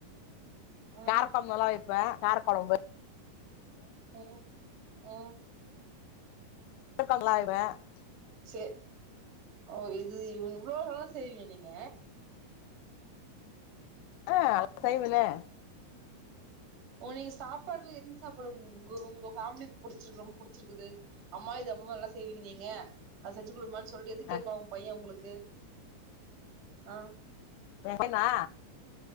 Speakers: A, on the right; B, on the left.
A: ம்
B: காரக்கொழம்பு நல்லா வெப்பே‌ கார கொழம்பு
A: ம் ம்
B: <unintelligible>
A: சேர் ஓ இது இவ் இவ்ளோ வேல செய்வீங்க நீங்க
B: ஆ செய்வனே
A: ஓ நீங்க சாப்பாடுல எந்த சாப்பாடு உங் உங்க உங்க ஃபேம்லிக்கு புடிச்சிருக்கு ரொம்ப புடிச்சிருக்குது அம்மா இது ரொம்ப நல்லா செய்வீங்க நீங்க அத செஞ்சி குடுமான்னு சொல்ட்டு எது
B: ஆ
A: கேப்பா ஓ பைய உங்களுக்கு ம்
B: வேறென்னா